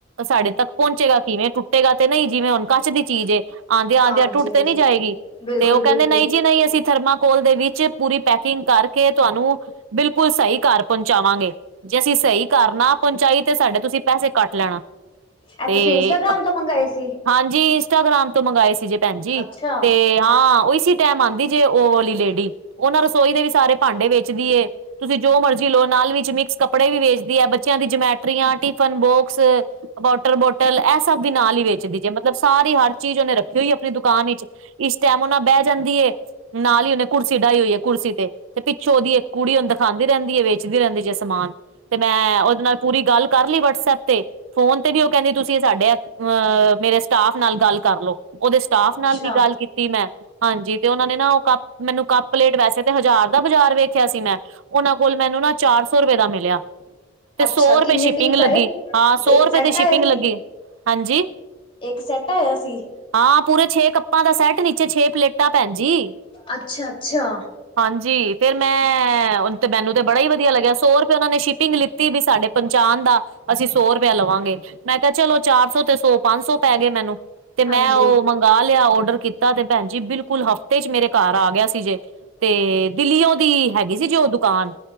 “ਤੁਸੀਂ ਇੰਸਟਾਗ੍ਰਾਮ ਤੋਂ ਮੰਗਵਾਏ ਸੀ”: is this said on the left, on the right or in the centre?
Left